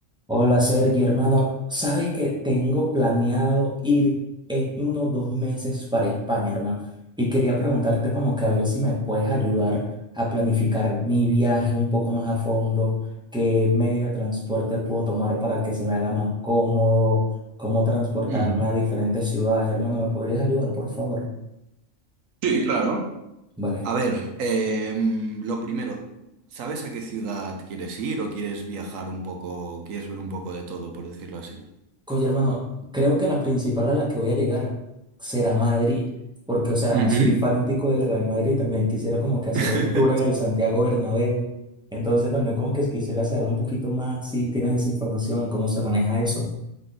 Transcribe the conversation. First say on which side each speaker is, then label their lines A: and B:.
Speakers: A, in the centre; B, on the right (about 85°).
A: Hola Sergio, hermano. Sabes que tengo planeado ir en unos dos meses para España, hermano. Y quería preguntarte como que a ver si me puedes ayudar a planificar mi viaje un poco más a fondo, qué medio de transporte puedo tomar para que se me haga más cómodo, cómo transportarme
B: Ujú.
A: a diferentes ciudades, hermano. ¿Me podrías ayudar, por favor?
B: Sí, claro.
A: Vale.
B: A ver, em, lo primero, ¿sabes a qué ciudad quieres ir o quieres viajar un poco, quieres ver un poco de todo, por decirlo así?
A: Oye, hermano, creo que la principal a la que voy a llegar será Madrid, porque, o sea,
B: Ujú.
A: soy fanático del Real Madrid, también quisiera como que hacer
B: <laughs>
A: el tour en el Santiago Bernabéu, entonces también como que quisiera saber un poquito más si tienes esa información, cómo se maneja eso.